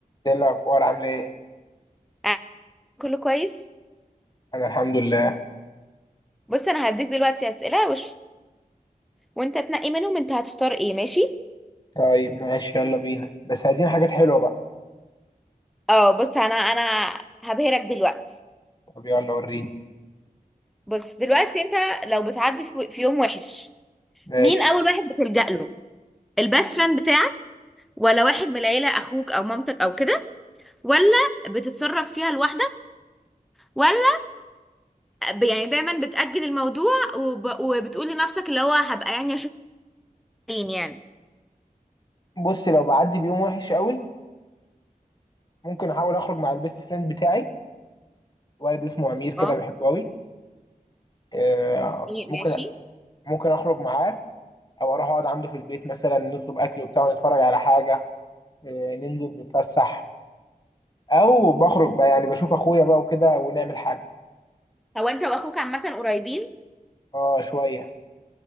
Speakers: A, on the left; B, in the centre.
A: ايه الاخبار عامل ايه
B: آه، كله كويس
A: انا الحمد لله
B: بص انا هديك دلوقتي اسئله وش... وانت تنقي منهم انت هتختار ايه ماشي
A: طيب ماشي يلا بينا بس عايزين حاجات حلوه بقى
B: اه بص انا انا هبهرك دلوقتي
A: طب يلا وريني
B: بص دلوقتي انت لو بتعدي في في يوم وحش
A: ماشي
B: مين اول واحد بتلجأ له البيست فريند بتاعك ولا واحد من العيله اخوك او مامتك او كده ولا بتتصرف فيها لوحدك ولا ب... يعني دايما بتأجل الموضوع وب... وبتقول لنفسك اللي هو هبقى يعني اشوف مين يعني
A: بص لو بعدي بيوم وحش قوي ممكن احاول اخرج مع البيست فريند بتاعي ولد اسمه امير كده
B: اه
A: بحبه قوي آه،
B: إيه،
A: ممكن
B: ماشي
A: ممكن اخرج معاه او اروح اقعد عنده في البيت مثلا نطلب اكل وبتاع ونتفرج على حاجه آه، ننزل نتفسح او بخرج بقى يعني بشوف اخويا بقى وكده ونعمل حاجه
B: هو انت واخوك عامه قريبين
A: اه شويه